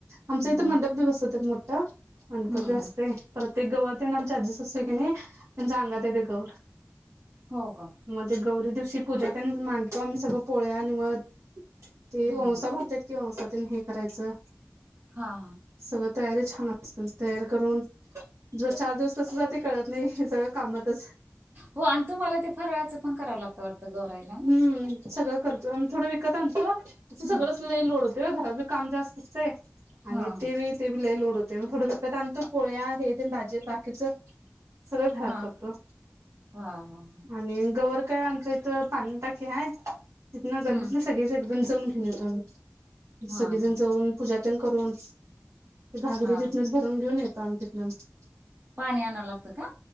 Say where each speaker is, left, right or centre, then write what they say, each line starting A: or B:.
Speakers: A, on the right; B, on the right.
A: आमच्या
B: हम्म
A: इथे मंडप भी बसवतात मोठं गणपती
B: हम्म हम्म
A: असतंय, परत ते गोवर तेण आमची आजी सासू आहं कणी त्यांच्या अंगात येते गोऊर
B: हो का
A: मग ते गौरी दिवशी पूजा तेण माडतो आम्ही सगळं पोळ्या आणि नैवध, हे
B: हम्म
A: ववसा भरत्यात की ववसा तेण हे करायचं?
B: हा.
A: सगळी तयारी छानच <inaudible> तयार करून जर चार दिवस कसं जातंय कळत नाही हे सगळं कामातच,
B: हो आणं तुम्हाला ते फराळाचं पण करावं लागतं वाटतं गौराईला
A: हु
B: ना
A: सगळं करतो आणि थोडं विकत आणतो तसं सगळं
B: हं
A: च लई लोड होतंय हो घरात बी काम जास्त असतंय आणि
B: हां
A: ते भी ते भी लई लोड होतंय मग थोडं विकत आणतो पोळ्या हे तेन भाजी बाकीचं सगळं घरात
B: हां
A: करतो
B: हां हां
A: आणि गवर काय आमच्या हितं पाणीची टाकी हाय तिथंन गल्लीतली
B: हां
A: सगळीच एकदम जाऊन घेऊन येतो आम्ही‍,
B: हां
A: सगळी जण
B: हां
A: जावून पूजा तेण करून घागरी
B: हां
A: तिथनचं भरून घेऊन येतो आम्ही तिथंन आम्ही
B: पाणी आणाव लागतं का?